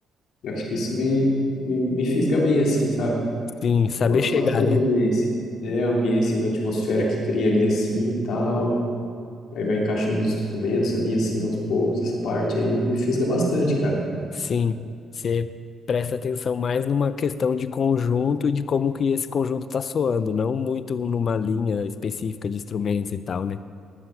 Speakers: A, on the left; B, on the left.
A: Eu acho que isso me, me, me fisga bem, assim, sabe?
B: Sim, saber
A: Eu gosto
B: chegar,
A: bastante
B: né?
A: de ambiência. É a ambiência, ali, a atmosfera que cria ali, assim, e tal. Aí vai encaixando os instrumentos ali, assim, aos poucos. Essa parte aí me, me fisga bastante, cara.
B: Sim, você presta atenção mais numa questão de conjunto e de como que esse conjunto tá soando, não muito numa linha específica de instrumentos e tal, né?